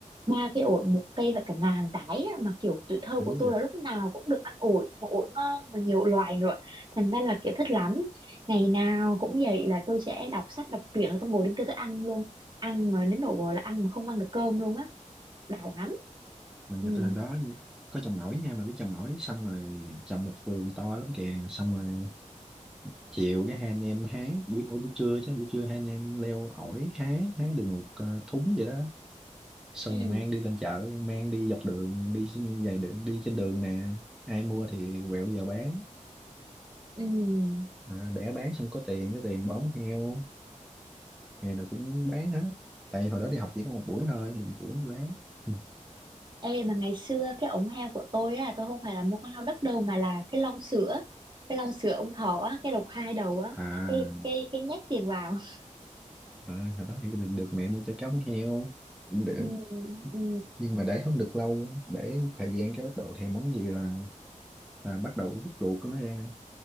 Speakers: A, on the right; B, in the centre.
A: ba cái ổi một cây và cả ngàn cái á, mà kiểu tuổi thơ
B: đúng
A: của tôi
B: vậy
A: là lúc nào cũng được ăn ổi mà ổi ngon mà nhiều loài nữa thành ra là kiểu thích lắm ngày nào cũng vậy là tôi sẽ đọc sách đọc truyện rồi tôi ngồi đến kia tôi ăn luôn ăn mà đến độ là ăn mà không ăn được cơm luôn á đã lắm
B: mà người
A: ừ
B: ta hồi đó như- có trồng ổi nha mà biết trồng ổi xong rồi trồng một vườn to lắm kìa xong rồi chiều cái hai anh em hái buổi ủa, buổi trưa chứ buổi trưa hai anh em leo ổi hái hái được một ờ, thúng vậy đó xong
A: ừ
B: rồi mang đi lên chợ mang đi dọc đường đi dài đường đi trên đường nè ai mua thì quẹo vào bán
A: ừ
B: à, để bán xong có tiền cái tiền bón heo ngày nào cũng bán hết tại hồi đó đi học chỉ có một buổi thôi thì một buổi bán Ừ.
A: Ê mà ngày xưa cái ống heo của tôi á tôi không phải là một con heo đất đâu mà là cái lon sữa cái lon sữa ông thọ á cái lộc hai đầu á
B: à,
A: cái cái cái nhét tiền vào
B: à hồi đó thì được, được mẹ mua cho trống heo cũng được
A: <laughs> ừ ừ
B: nhưng mà để không được lâu để thời gian cái bắt đầu thèm món gì là là bắt đầu rút ruột của nó ra